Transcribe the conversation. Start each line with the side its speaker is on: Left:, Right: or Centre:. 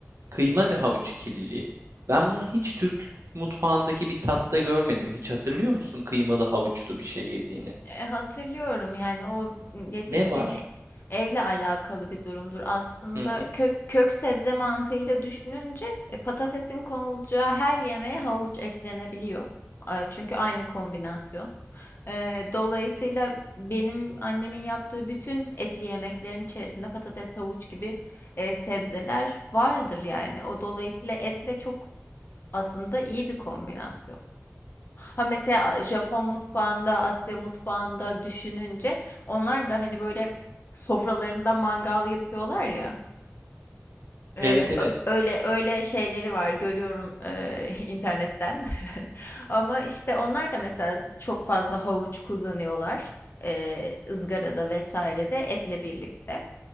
Right: kıyma ve havuç ikililiği. Ben bunu hiç Türk mutfağındaki bir tatta görmedim. Hiç hatırlıyor musun kıymalı havuçlu bir şey yediğini?
Left: E, hatırlıyorum yani o yetiştiğin
Right: Ne var?
Left: e, evle alakalı bir durumdur. Aslında
Right: Hı hı.
Left: kök, kök sebze mantığıyla düşününce e, patatesin konulacağı her yemeğe havuç eklenebiliyor. E, Çünkü aynı kombinasyon. E, dolayısıyla benim annemin yaptığı bütün etli yemeklerin içerisinde patates, havuç gibi e, sebzeler vardır yani. O dolayısıyla etle çok aslında iyi bir kombinasyon. Ha mesela Japon mutfağında, Asya mutfağında düşününce onlar da hani böyle sofralarında mangal yapıyorlar ya. Ee,
Right: Evet evet
Left: ö- öyle öyle şeyleri var görüyorum e, <laughs> internetten. <laughs> Ama işte onlar da mesela çok fazla havuç kullanıyorlar e, ızgarada vesairede etle birlikte.